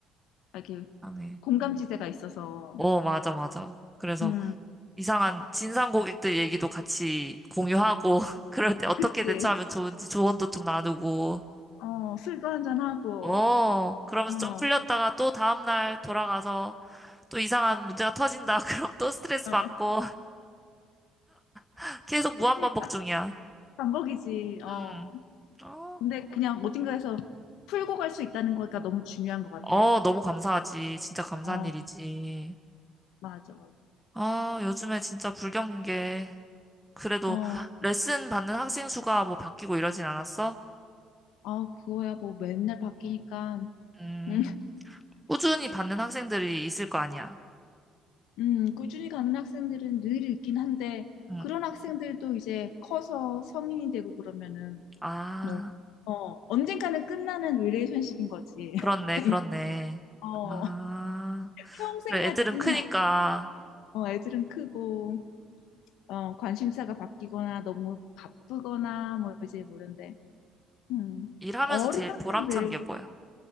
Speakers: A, on the left (about 85°); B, in the centre.
A: 알게
B: 이상해.
A: 공감지대가 있어서.
B: 어, 맞아, 맞아. 그래서
A: 음,
B: 이상한 진상 고객들 얘기도 같이 공유하고 <laughs> 그럴 때 어떻게
A: 그치.
B: 대처하면 좋은지 조언도 좀 나누고
A: 어, 술도 한잔하고,
B: 어, 그러면서
A: 어,
B: 좀 풀렸다가 또 다음날 돌아가서 또 이상한 문제가 터진다. <laughs> 그럼 또 스트레스
A: 어,
B: 받고 <laughs> 계속 무한반복
A: 그치. 바-
B: 중이야.
A: 반복이지. 어.
B: 음. 어,
A: 근데 그냥 어딘가에서 풀고 갈 수 있다는 거가 너무 중요한 것 같아.
B: 어, 너무 감사하지. 진짜 감사한
A: 어,
B: 일이지.
A: 맞아, 맞아.
B: 아, 요즘에 진짜 불경인 게 그래도
A: 어,
B: 레슨 받는 학생 수가 뭐 바뀌고 이러진 않았어?
A: 아, 그거야 뭐 맨날 바뀌니까.
B: 음,
A: 음,
B: 꾸준히 받는 학생들이 있을 거 아니야.
A: 음, 꾸준히 가는 학생들은 늘 있긴 한데,
B: 음.
A: 그런 학생들도 이제 커서 성인이 되고 그러면은,
B: 아,
A: 뭐, 어, 언젠가는 끝나는 릴레이션십인 거지. <laughs>
B: 그렇네, 그렇네.
A: 어.
B: 아,
A: 평생
B: 그래,
A: 가지는
B: 애들은 크니까.
A: 않아. 어, 애들은 크고 어, 관심사가 바뀌거나 너무 바쁘거나 뭐 이제 모른데. 음.
B: 일하면서
A: 어른
B: 제일
A: 학생들
B: 보람찬 게 뭐야?